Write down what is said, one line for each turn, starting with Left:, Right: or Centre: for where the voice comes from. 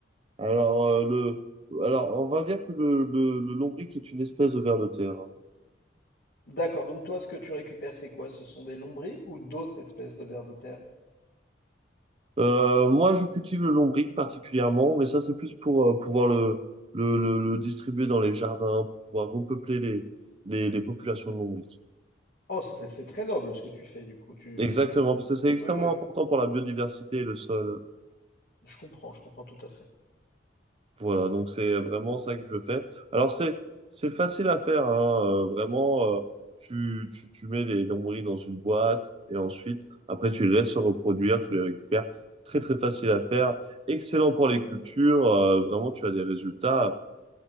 Right: Alors, euh, le, alors, on va dire que le, le, le lombric est une espèce de ver de terre. hein.
Left: D'accord. Donc, toi, ce que tu récupères, c'est quoi? Ce sont des lombrics ou d'autres espèces de vers de terre?
Right: Euh, moi, je cultive le lombric particulièrement, mais ça, c'est plus pour euh, pouvoir le, le, le, le distribuer dans les jardins, pour pouvoir repeupler les, les, les populations de lombric.
Left: Oh, c'est c'est très noble ce que tu fais, du coup. Tu,
Right: Exactement,
Left: tu...
Right: parce que c'est extrêmement
Left: Oui, oui,
Right: important pour la biodiversité et le sol.
Left: je comprends, je comprends tout à fait.
Right: Voilà, donc c'est vraiment ça que je fais. Alors, c'est, c'est facile à faire, hein, euh, vraiment, euh, tu, tu, tu mets les lombrics dans une boîte et ensuite, après, tu les laisses se reproduire, tu les récupères. Très, très facile à faire. Excellent pour les cultures. euh, vraiment, tu as des résultats